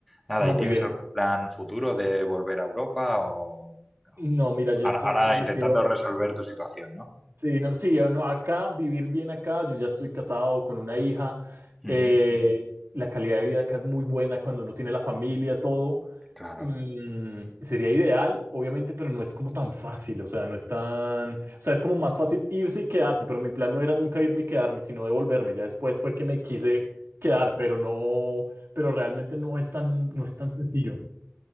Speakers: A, in the centre; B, on the right.
A: Nada,
B: No,
A: ¿y tienes
B: muy bien.
A: algún plan futuro de volver a Europa o
B: No, mira,
A: o-
B: yo
A: ahora,
B: estoy
A: ahora
B: establecido.
A: intentando resolver tu situación, ¿no?
B: Sí, no, sí, yo no, acá, vivir bien acá, yo ya estoy casado con una hija,
A: Ujú,
B: eh, la calidad de vida acá es muy buena cuando uno tiene la familia, todo,
A: claro,
B: mm, sería ideal, obviamente, pero no es como tan fácil, o sea, no es tan, o sea, es como más fácil irse y quedarse, pero mi plan no era nunca irme y quedarme, sino devolverme, ya después fue que me quise quedar, pero no, pero realmente no es tan, no es tan sencillo.